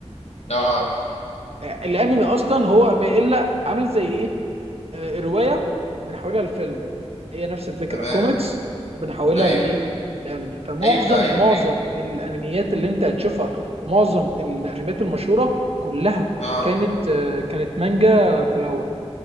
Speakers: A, on the left (about 70°); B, on the right (about 60°).
A: اه
B: آه، الانمي اصلا هو ما الا عامل زي ايه آه، روايه وبنحولها لفيلم هي نفس الفكره
A: تمام
B: كوميكس وبنحولها
A: ايوه
B: لايه لانمي فمعظم
A: ايوه ايوه
B: معظم
A: ايوه
B: الانميات اللي انت هتشوفها ومعظم الانميات المشهوره كلها
A: اه
B: كانت آه، كانت مانجا في الاول